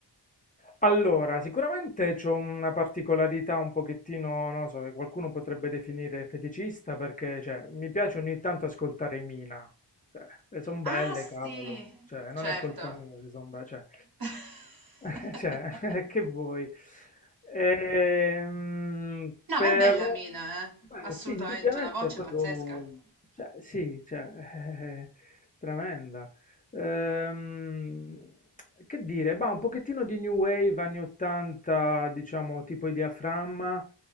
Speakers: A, on the left; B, on the right.
A: Allora, sicuramente c'ho una particolarità un pochettino, non lo so, che qualcuno potrebbe definire feticista perché, cioè, mi piace ogni tanto ascoltare Mina. Cioè, le son
B: Ah
A: belle,
B: sì,
A: cavolo. Cioè, non
B: certo.
A: è colpa mia se son belle, cioè,
B: <laughs>
A: <laughs> cioè, <laughs> che vuoi? Ehm,
B: No,
A: però,
B: ma è bella Mina, eh?
A: beh,
B: Assolutamente,
A: sì, indubbiamente
B: una voce
A: è proprio,
B: pazzesca.
A: cioè, sì, cioè, <laughs> è tremenda. Ehm, che dire, bah, un pochettino di new wave anni 80, diciamo, tipo i Diaframma,